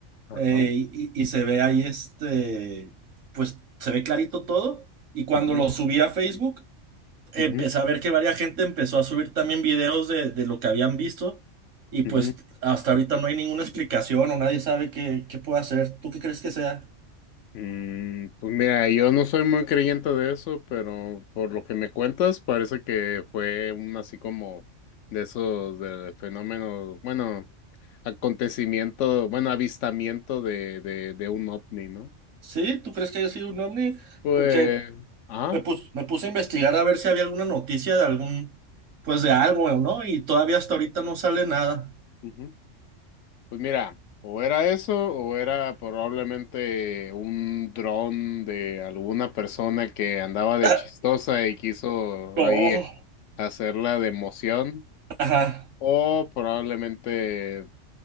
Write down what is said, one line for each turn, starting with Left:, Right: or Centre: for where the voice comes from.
Left: Ajá.
Right: Eh, y, y- y se ve ahí este, pues se ve clarito todo. Y cuando
Left: ujú,
Right: lo subí a Facebook, empecé
Left: ujú,
Right: a ver que varias gente empezó a subir también videos de, de lo que habían visto. Y pues
Left: ujú.
Right: hasta ahorita no hay ninguna explicación o nadie sabe qué, qué puede hacer. ¿Tú qué crees que sea?
Left: Mm, pues mira, yo no soy muy creyente de eso, pero por lo que me cuentas, parece que fue un así como de esos de fenómenos, bueno, acontecimiento, bueno, avistamiento de, de, de un ovni, ¿no?
Right: ¿Sí? ¿Tú crees que haya sido un ovni?
Left: Pues,
Right: Porque
Left: ajá.
Right: me, pus- me puse a investigar a ver si había alguna noticia de algún, pues de algo, ¿no? Y todavía hasta ahorita no sale nada.
Left: Ujú. Pues mira, o era eso, o era probablemente un dron de alguna persona que andaba de
Right: <clears throat> Ah,
Left: chistosa y quiso
Right: No.
Left: ahí hacerla de emoción,
Right: Ajá.
Left: o probablemente,